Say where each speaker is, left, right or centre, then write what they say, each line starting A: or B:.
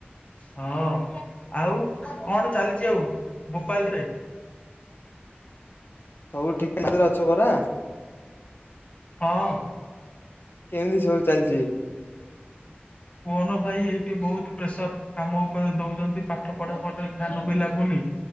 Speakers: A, on the left; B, on the left.
A: ହଁ ଆଉ କଣ ଚାଲିଛି ଆଉ ଭୋପାଲ ରେ।
B: ସବୁ ଠିକ ଠାକ୍ ରେ ଅଛ ପରା।
A: ହଁ।
B: କେମିତି ସବୁ ଚାଲିଛି।
A: କୁହନ ଭାଇ ଏଇଠି ବହୁତ ପ୍ରେସର କାମ ଉପରେ ଦଉଛନ୍ତି ପାଠ ପଢ଼ା ପଢି ରେ ଖ୍ୟାଲ ବି ଲଗୁନି।